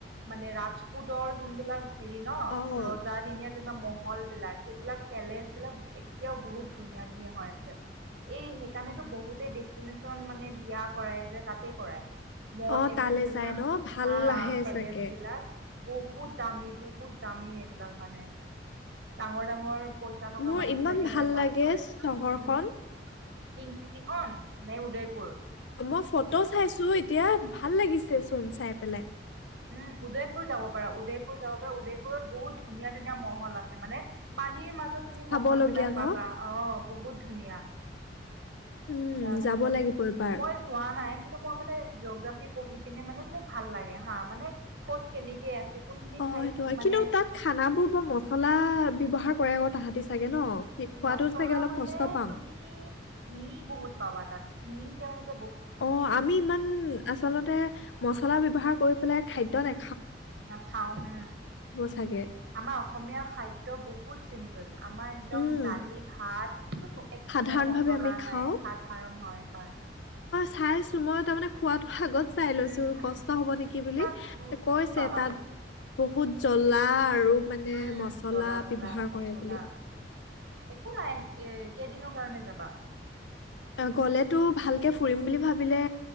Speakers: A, on the right; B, on the left.
A: মানে ৰাজপুতৰ যোনবিলাক হেৰি ন',
B: অ',
A: ৰজাদিনীয়া যেনিবা মহ হল বিলাক, সেইবিলাক পেলেচ বিলাক এতিয়াও বহুত ধুনীয়া ধুনীয়া হৈ আছে। এই সেইকাৰণেতো বহুতে ডেষ্টিনেচন মানে বিয়া কৰাই যে, তাতে কৰাই। মল,
B: অ',
A: এইবিলাক
B: তালে
A: ধুনীয়া,
B: যায় ন ভাল
A: হা,
B: আহে
A: পেলেচ
B: চাগে।
A: বিলাক বহুত দামী, বহুত দামী এইবিলাক মানে ডাঙৰ ডাঙৰ পইচা থকা
B: মোৰ
A: মানুহ
B: ইমান
A: বিলাকে
B: ভাল
A: মানে তাত
B: লাগে,
A: কৰে
B: চহৰখন।
A: উম পিংক চিটিখন নে উদয়প
B: মই ফটো চাইছো এতিয়া, ভাল লাগিছে চোন চাই পেলাই।
A: উম উদয়পুৰ যাব পাৰা, উদয়পুৰ যাব পাৰা, উদয়পুৰত বহুত ধুনীয়া ধুনীয়া মহল আছে মানে, পানীৰ মাজ জয় তুমি
B: খাব
A: মহল
B: লগীয়া
A: বিলাক
B: ন?
A: পাবা। অ' বহুত ধুনীয়া
B: উম,
A: তাৰ
B: যাব
A: পিছত,
B: লাগিব এবাৰ।
A: মই যোৱা নাই কিন্তু মই মানে জিঅ'গ্ৰাফি পঢ়ি পিনে মানে মোৰ ভাল লাগে হাঁ, মানে ক'ত কেনেকে আছে কোনখিনি
B: অ'
A: ঠাইত
B: সেইটো হয়,
A: মানে
B: কিন্তু তাত খানা বোৰ বৰ মছলা ব্যৱহাৰ কৰে আকৌ তাহাঁতি চাগে ন? কি খোৱাতো
A: মচলা
B: চাগে অলপ
A: মানে
B: কষ্ট পাম।
A: তুমি ঘিঁ বহুত পাবা তাত। ঘিঁ তেওঁলোক
B: অ' আমি ইমান আচলতে মছলা ব্যৱহাৰ কৰি পেলাই খাদ্য নে
A: নাখাওঁ হু,
B: চাগে।
A: আমাৰ অসমীয়া খাদ্য বহুত চিম্ আমাৰ একদম
B: উম,
A: দালি, ভাত একো একে
B: সাধাৰণ
A: মচলা
B: ভাৱে আমি খাওঁ
A: নাই, সাধাৰণ হয়, হয়।
B: খাইছোঁ, মই তাৰ মানে খোৱাতো আগত চাই লৈছো
A: উম হম
B: কষ্ট হব নেকি বুলি,
A: তাত ৰুটি
B: কৈছে
A: পাবা
B: তাত
A: তুমি
B: বহু ভূত জ জলা আৰু মানে
A: উম
B: মচলা
A: জ্বলা জ্বলা
B: ব্যৱহাৰ
A: মছলা
B: কৰে বুলি।
A: একো নাই এ কেইদিনৰ কাৰণে যাবা?
B: অ' গ'লেতো ভালকে ফুৰিম বুলি ভাবিলে